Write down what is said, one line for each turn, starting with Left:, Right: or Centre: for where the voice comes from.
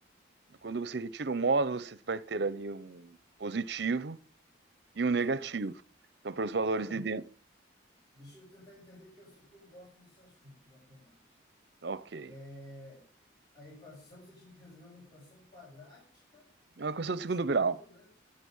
Right: quando você retira o módulo, você vai ter ali um positivo e um negativo.
Left: Certo.
Right: Então, para os valores
Left: Calma
Right: de
Left: aí.
Right: dentro.
Left: Deixa eu tentar entender que eu sou, que eu gosto desse assunto de matemática.
Right: Ok.
Left: É, a equação, você tinha que resolver uma equação quadrática
Right: É uma equação
Left: que
Right: de segundo
Left: tinha
Right: grau.
Left: um módulo dentro?